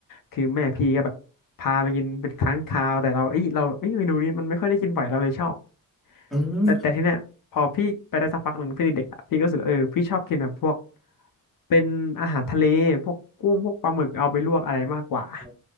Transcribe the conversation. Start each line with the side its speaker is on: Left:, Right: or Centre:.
Left: คือแม่พี่ก็แบบพาไปกินเป็นครั้งคราวแต่เราเอ้ยเราเอ้ยเมนูนี้มันไม่ค่อยได้กินบ่อยเราเลยชอบ
Centre: อืม
Left: แล้วแต่ที่เนี้ยพอพี่ไปได้สักพักหนึ่งพี่เด็กๆอะพี่ก็รู้สึกเออพี่ชอบกินแบบพวกเป็นอาหารทะเลพวกกุ้งพวกปลาหมึกเอาไปลวกอะไรมากกว่า
Centre: อ๋อ